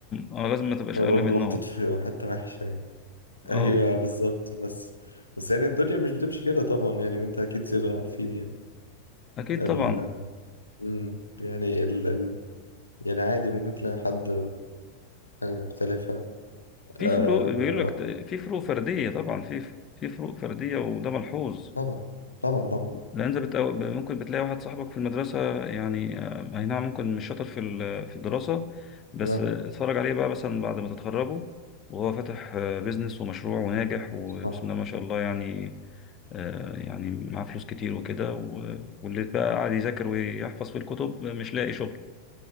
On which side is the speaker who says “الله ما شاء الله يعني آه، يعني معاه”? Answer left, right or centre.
Left